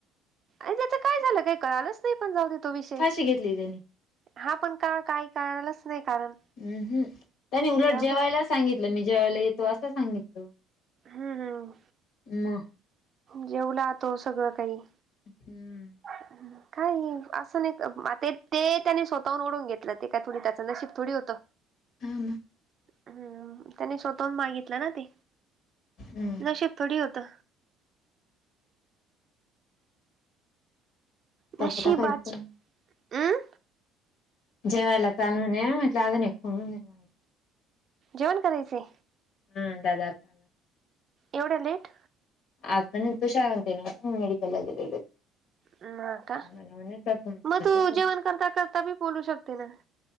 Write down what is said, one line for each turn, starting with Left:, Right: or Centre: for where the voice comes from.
Right: अ त्याच काय झालं काही कळालच नाही? पण जाऊ दे तो विषय
Left: फाशी घेतली त्यानी
Right: हा, पण का काही कळालच नाही कारण
Left: उ हुं. त्यांनी उलट
Right: जाऊ
Left: जेवायला
Right: दे
Left: सांगितलं. मी जेवायला येतो असं सांगितलं.
Right: हम्म
Left: म.
Right: जेवला तो सगळं काही
Left: हम्म
Right: <inaudible> काही असं नाहीका ते ते त्यानी स्वतःहून ओढून घेतलं ते काय थोडी त्याचं नशीब थोडी होतं.
Left: हा ना.
Right: हम् त्यांनी स्वतः हुन मागितलं ना ते
Left: हम्म
Right: नशीब थोडी होतं.
Left: तोपता
Right: नशीबाचे
Left: का पण
Right: हमं
Left: जेवायला चालू नाही म्हटल अजून एक फोन होऊन जाईल. माझा.
Right: जेवण करायचय
Left: हम दादा आलता
Right: एवढ्या लेट
Left: आता <unintelligible> मेडिकलला गेलेले.
Right: म आता
Left: मला म्हणे तुला फोन केला
Right: म तू
Left: तर तो
Right: जेवण करता करता बी बोलू शकते ना